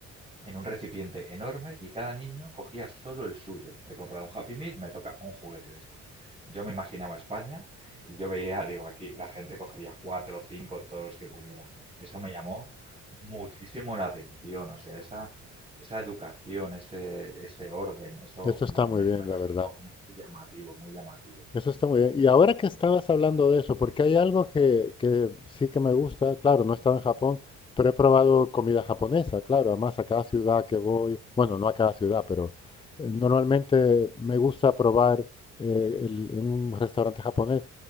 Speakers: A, on the right; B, on the left.
A: en un recipiente enorme y cada niño cogía solo el suyo. He comprado un Happy Meal, me toca un juguete de estos. Yo me imaginaba España y yo veía, digo, aquí la gente cogería cuatro o cinco, todos los que pudiera. Eso me llamó muchísimo la atención, o sea, esa, esa educación, ese, ese orden, eso
B: Eso
A: buah,
B: está muy
A: me,
B: bien,
A: me resultó
B: la verdad.
A: muy llamativo, muy llamativo,
B: Eso está muy bien. Y
A: muy
B: ahora
A: llamativo.
B: que estabas hablando de eso, porque hay algo que, que sí que me gusta, claro, no he estado en Japón, pero he probado comida japonesa, claro. Además, a cada ciudad que voy, bueno, no a cada ciudad, pero eh, normalmente me gusta probar eh, el- en un restaurante japonés.